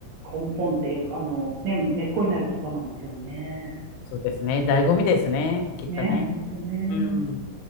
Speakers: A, on the right (about 70°); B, on the left (about 85°).
A: 根本っていうか、あの、ね、根っこになるとこなんですよね。
B: そうですね。醍醐味ですね。きっとね。
A: ね、本当ね。
B: うん。